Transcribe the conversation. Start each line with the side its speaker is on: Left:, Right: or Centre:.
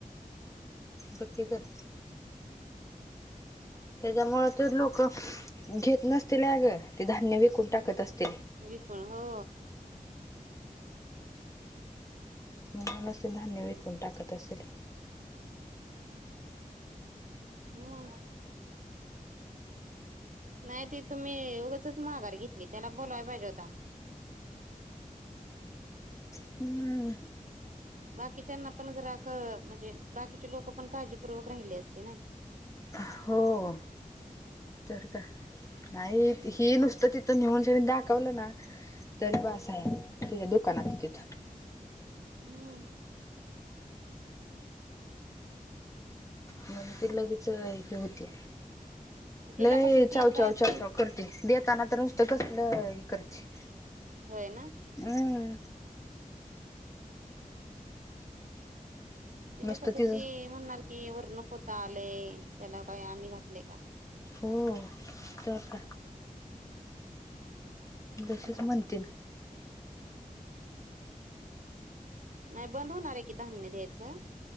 Left: बाकी तर त्याच्यामु ते लोक घेत नसतील अग ते धान्य विकून टाकत असतील
Right: विकण हो
Left: मून अस धान्य विकून टाकत असेल
Right: हम् नाही त तुम्ही उगचच माघार घेतली त्याला बोलावायला पाहिजे होता
Left: हं
Right: बाकीच्यांना पण जरा म्हणजे बाकीचे लोक पण काळजीपूर्वक राहिले असते ना
Left: हो तर का नाही हि नुसतं तिथं नेऊन घे दाखवलं ना तररी बस आहे तिच्या दुकानात तिथं
Right: हम्म
Left: म्हणजे त लगेच हे होती
Right: तिला
Left: ल
Right: कसं तिला
Left: चाव चाव चाव
Right: ती
Left: चाव करत देताना तर नुसतं कसलं हे करते
Right: होय ना
Left: हम्
Right: त
Left: नुसतं
Right: ना कसं
Left: तिचं
Right: ते म्हणणार कि वर्णपोता आलंय त्याला काय आम्ही घातलय का
Left: हो तर का तशीच म्हणतन
Right: नाही बंद होणार आहे की धान्य द्यायचं